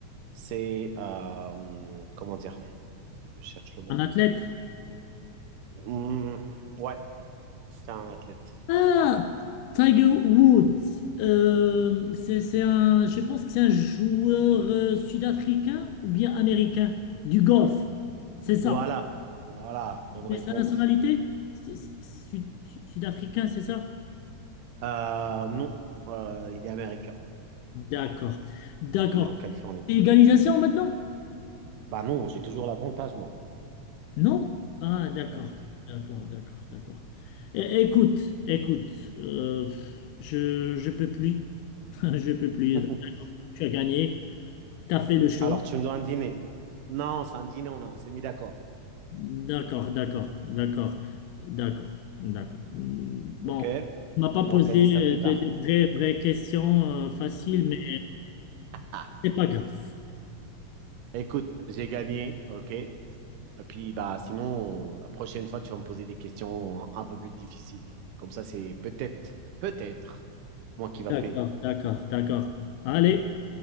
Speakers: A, on the right (about 85°); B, on the left (about 85°).
A: c'est. euh, comment dire? Je cherche le mot.
B: Un athlète?
A: Hum, ouais, c'est un athlète.
B: Ah, Tiger Woods. Euh, c'est c'est un, je pense que c'est un joueur euh, sud-africain ou bien américain du golf. C'est ça.
A: Voilà, voilà, bonne
B: Mais
A: réponse.
B: sa nationalité, c'est- c'est- sud- sud- sud-africain, c'est ça?
A: Euh, non, euh, il est américain.
B: D'accord. D'accord.
A: Il est né en Californie.
B: C'est Égalisation maintenant?
A: Bah non, j'ai toujours l'avantage, moi.
B: Non? Ah, d'accord.
A: Bah oui.
B: D'accord, d'accord, d'accord. É- Écoute, écoute, euh, je je peux plus. <laughs> Je peux plus.
A: <laughs>
B: Tu as gagné, tu as fait le show.
A: Alors, tu me dois un dîner. Non, c'est un dîner, on a, on s'est mis d'accord.
B: D'accord, d'accord, d'accord, d'accord, d'accord. Hum, Bon,
A: OK?
B: tu m'as pas
A: On
B: posé
A: organise ça plus tard.
B: des, des vraies, vraies questions euh, faciles, mais
A: Ah,
B: c'est pas grave.
A: écoute, j'ai gagné. OK? Et puis, bah, sinon, euh, la prochaine fois, tu vas me poser des questions un peu plus difficiles. Comme ça, c'est peut-être, peut-être moi qui va
B: D'accord,
A: payer.
B: d'accord, d'accord. Allez.